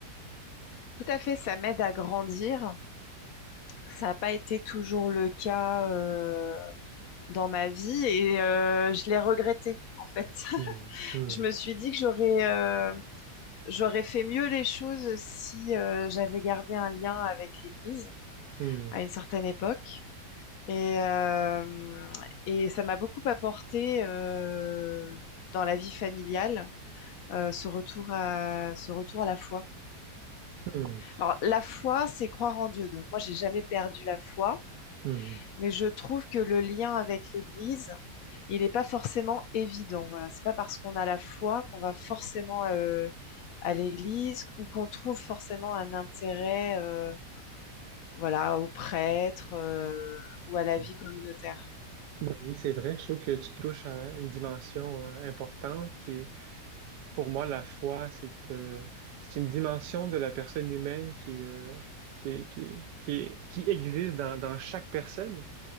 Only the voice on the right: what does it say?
Hmm, hmm,
hmm,
hmm,
hmm,
hmm.
Oui, c'est vrai. Je trouve que tu touches à une dimension euh, importante qui est Pour moi, la foi, c'est euh, c'est une dimension de la personne humaine qui, euh, qui, qui, qui, qui existe dans, dans chaque personne,